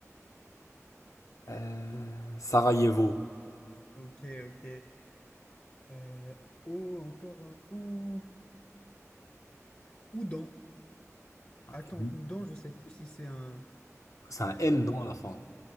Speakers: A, on the left; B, on the left.
A: Euh, Sarajevo.
B: Ok, ok. Euh, O, encore un O Oudan.
A: Un
B: Attends,
A: N-
B: Oudan, je sais plus si c'est un.
A: C'est un N,
B: Non.
A: non, à la fin.